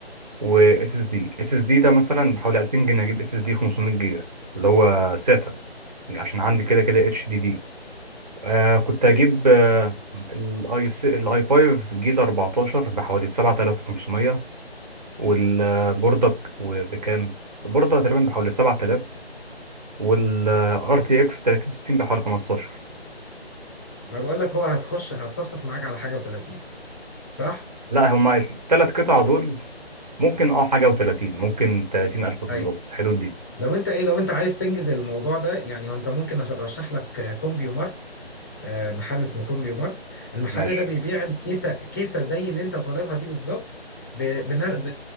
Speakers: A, on the right (about 40°); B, on the left (about 20°).
A: و اس اس دي اس اس دي ده مثلا بحوالي 2000 جنيه هجيب اس اس دي 500 جيجا اللي هو ساتا عشان عندي كده كده اتش دي دي آه كنت
B: اوكي
A: هجيب آه الاي الاي 5 جيل 14 بحوالي 7500 والبوردة ب- بكام؟ البوردة تقريبا بحوالي 7000 والار تي اكس 3060 بحوالي 15
B: ما بقول لك هو هتخش هتصفصف معاك على حاجه و30 صح
A: لا هما الثلاث قطع دول ممكن اه حاجة و30 ممكن 30000 بالظبط
B: ايوه
A: حدود دي
B: لو انت ايه لو انت عايز تنجز الموضوع ده يعني هو انت ممكن عشان ارشح لك آه، كومبيو مارت آه، محل اسمه كومبيو مارت المحل
A: ماشي
B: ده بيبيع الكيسه كيسه زي اللي انت طالبها دي بالظبط ب بنا- ب